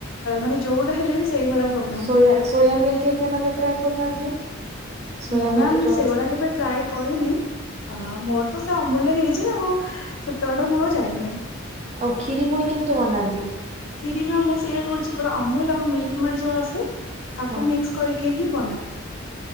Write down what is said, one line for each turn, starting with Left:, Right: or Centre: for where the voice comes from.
Left: ମାନେ ଯୋଉଟା ହେଲେ ବି ସେଇଭଳିଆ ପୋ
Right: ସୋୟା ସୋୟା ମିିଲ୍ କେକ୍ ଆଣି ନହେଲେ ଟ୍ରାଇ କରୁନାହାନ୍ତି। ସୋୟା
Left: ମୁଁ
Right: ମିଲ୍କ
Left: ମାମ୍
Right: ଯୋଉ
Left: ସେଗୁଡା
Right: ଅଛି।
Left: କେବେ ଟ୍ରାଏ କରିନି ଆ ମୋର ତ ସେ ଅମୂଲ୍ୟ ରେ ହେଇଯାଏ ଆଉ ସେତେବାଟ ମୁଁ ଆଉ ଯାଇନି।
Right: ଆଉ ଖିରି ପୁଣି କେମିତି ବନାନ୍ତି।
Left: କ୍ଷୀରୀ ମାମ୍ ମୁଁ ସେଇଆ କହୁଛି ପୁରା ଅମୁଲ ଆଉ ମିଲ୍କ ମେଡ ଯୋଉ ଆସେ ତାକୁ
Right: ହଁ
Left: ମିକ୍ସ କରିକି ହିଁ ବନାଏ।